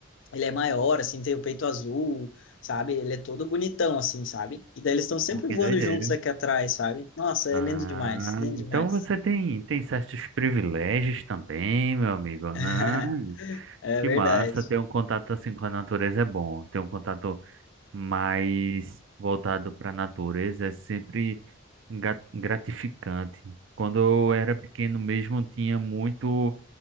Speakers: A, on the left; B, on the right.
A: ele é maior, assim, tem o peito azul, sabe? Ele é todo bonitão, assim, sabe? E daí eles estão sempre
B: Pô, que
A: voando
B: doideira.
A: juntos aqui atrás, sabe? Nossa, é
B: Ah,
A: lindo demais, lindo demais.
B: então você tem, tem certos privilégios também, meu amigo,
A: <laughs>
B: né?
A: É
B: Que
A: verdade.
B: massa, ter um contato assim com a natureza é bom. Ter um contato mais voltado para a natureza é sempre gra- gratificante. Quando eu era pequeno mesmo, tinha muito,